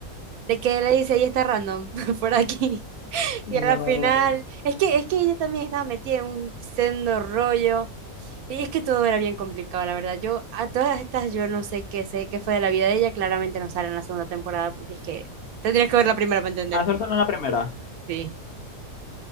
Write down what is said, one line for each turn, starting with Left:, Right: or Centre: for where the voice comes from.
Right: de que le dice, ella está random <laughs> por aquí.
Left: No.
Right: Y a la final, es que, es que ella también estaba metida en un sendo rollo. Y es que todo era bien complicado, la verdad. Yo, a todas estas, yo no sé qué sé, qué fue de la vida de ella. Claramente no sale en la segunda temporada, porque es que tendrías que ver la primera para entender.
Left: Ah, solo sale en la primera.
Right: Sí,